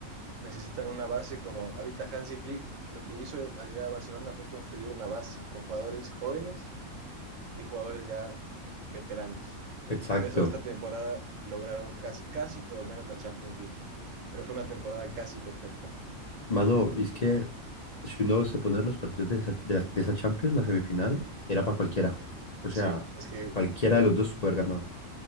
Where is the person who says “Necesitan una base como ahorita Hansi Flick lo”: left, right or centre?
Right